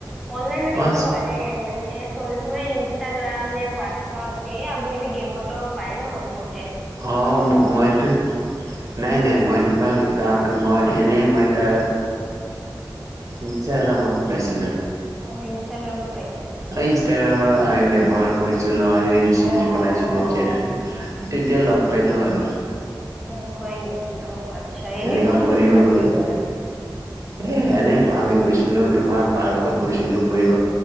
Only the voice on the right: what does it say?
অ
অ' মইতো নাই নাই মই তোমাক, তাক মই এনেই মই তাত ইষ্টাগ্ৰামত পাইছিলো।
ইনষ্টাগ্ৰাম
আগি ব্যৱহাৰ কৰিছিলো নহয়, ৰীল চিলছ
বনাইছিলো
চেট কৰি তেতিয়া লগ পালো আৰু।
এনেকা
ফুৰিব
গলো
এ, এনেই আমি গৈছিলোঁ তোমাৰ পাৰ্কত গৈছিলোঁ ফুৰিব।